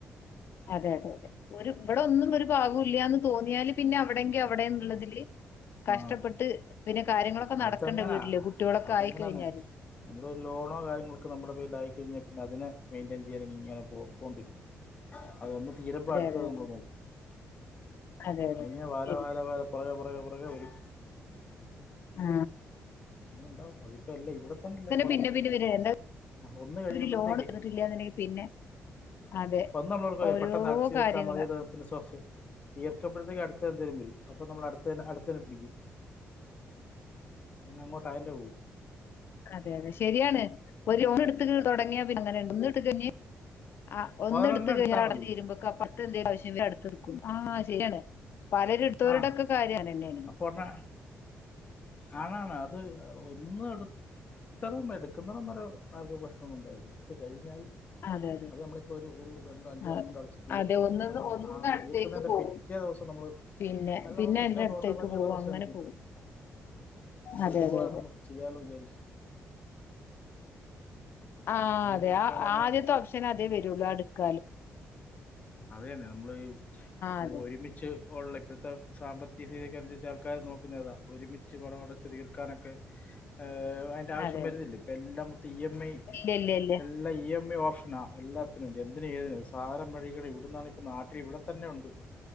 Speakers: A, on the left; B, on the left.
A: അതെ അതെ അതെ ഒരു ഇവിടെ ഒന്നും ഒരു ഭാഗം ഇല്യാന്ന് തോന്നിയാല് പിന്നെ അവിടെങ്കിൽ അവിടെന്നുള്ളതില് കഷ്ടപ്പെട്ട്
B: ആ
A: പിന്നെ കാര്യങ്ങളൊക്കെ
B: അതെങ്ങനാ
A: നടക്കണ്ടേ വീട്ടില് കുട്ടികളൊക്കെ
B: അതെങ്ങനാന്ന്
A: ആയിക്കഴിഞ്ഞാല്.
B: നമ്മള് ലോണോ കാര്യങ്ങളൊക്കെ നമ്മുടെ പേൽ ആയിക്കഴിഞ്ഞ പിന്നെ അതിനെ മെന്റാൻ ചെയ്യാ ഇങ്ങനെ പോക്കൊണ്ടിരിക്കും അതൊന്ന് തീരുമ്പോൾ
A: അതെ
B: അടുത്ത
A: അതെ
B: നമ്മൾ നോക്കും
A: അതെ അതെ
B: അതിങ്ങാെ വല
A: ശരി
B: വാല വല പുറകെ പയേപോൽ പുറകെ വരും
A: ആ
B: അങ്ങനെ ഉണ്ടാവും അതിപ്പ അല്ല ഇവിടെ തന്നെല്ല പോത്ത്
A: പിന്നെ പിന്നെ പിന്നെ എന്താ
B: ആ ഒന്ന് കഴിയുമ്പോഴത്തേക്കെ
A: ഇവര് ലോൺ എടുത്തിട്ടില്ലാന്നുണ്ടെങ്കി പിന്നെ അതെ
B: ഒന്ന് നമ്മള ഓർക്കും
A: ഓരോ
B: പെട്ടെന്ന് അടാച്ച് നിർത്താ
A: കാര്യങ്ങള്
B: മതിലോ പിന്നെ വിസസെ ഇർ <unintelligible> ടത്തെ എന്തേലും വരും അപ്പം നമ്മൾ അട് ത്തന്നെ അടുത്തന്നെ പിടിക്കും അങ്ങോഅയിന്റെ പോവും
A: അതെ അതെ ശരിയാണ് ഒരു ലോൺ എടു തുടങ്ങിയാ പിന്നെ അങ്ങനെ ഒന്ന് ഇട്ട് കഴിഞ്ഞെ ആ ഒന്ന്
B: ഒരെണ്ണം
A: എടുത്ത്
B: എടുത്താൽ
A: ക്ലിയർ അടഞ്ഞു
B: മതി
A: തീരുമ്പൊക്ക ആ പത്ത് എന്തേലും ആവശ്യം വരും അടുത്ത എടുക്കും ആ ശരിയാണ് പലര്എടുതോർടെക്കെ
B: ആ
A: കാര്യാണ്ന്നേ ആണ്
B: അപ്പോൾ ഒരെണ്ണം ആണാണ് അത് ഒന്നും എടുത്തതും എടുക്കുന്നടം വരെ ആർക്കും പ്രശ്നം ഒന്നും ഉണ്ടാവില്ലഎട്ത്ത് കഴിഞ്ഞാൽ
A: അതെ
B: അത് നമ്മളിപ്പോ ഒരു ഒരു രണ്ട്
A: അതെ
B: അഞ്ചു വർഷം കൊണ്ട് അടച്ച് തീർത്താ
A: അതെ ഒന്നന്ന്
B: നമ്മള്
A: ഒന്നന്ന്
B: ആ
A: അടുത്തേക്ക്
B: തീർക്കുന്നതിന്റെ
A: പോകും
B: പിറ്റേ ദിവസം നമ്മള്
A: പിന്നെ
B: അല്ല
A: പിന്നെ
B: നമ്മൾ പിറ്റേസം
A: അതിന്റെ അടുത്തേക്ക്
B: ഓട്ടോമാറ്റിക്കായിട്ട്
A: പോകും
B: നമ്മൾ
A: അങ്ങനെ
B: ശ്രമിക്കും
A: പോകും
B: അതിതുപോലെ
A: അതെ അതെ അതെ
B: നമുക്ക് ചെയ്യൻ പെട്ടന്ന് വിചാരിക്കും അപ്പൊ
A: ആഹ്
B: അത് പിന്നെ
A: അതെ
B: ആൾക്കാർ
A: ആ
B: അങ്ങനെ
A: ആദ്യത്തെ ഓപ്ഷന് അതേ വരുള്ളൂ അടു <unintelligible>
B: അതുതന്നെ നമ്മള് ഈ ഇപ്പ
A: അതെ
B: ഒരുമിച്ച് ഇപ്പൊ ഒള്ള ഇപ്പൊഴത്തെ സാമ്പത്തിക സ്ഥിതിക്കനുസരിച്ച് ആൾക്കാരു നോക്കുന്നത്‌ അതാ ഒരുമിച്ച് പണം അടച്ച് തീർക്കാനൊക്കെ ഏഹ് അയിന്റെ ആവശ്യം
A: അതെ
B: വരുന്നില്ല ഇപ്പം എല്ലാം മൊത്തം ഇ. എം. ഐ
A: അതെ ഇല്ല ഇല്ല ഇല്ല
B: എല്ലാം ഇ. എം. ഐ ഓഫ് <unintelligible> എല്ലാത്തിനുണ്ട് എന്തിനും ഏതിനും ഒരു സാധാനം വഴി <unintelligible> ഇവിടന്നാണിപ്പ നാട്ടിൽ ഇവിടെത്തന്നെ ഉണ്ട്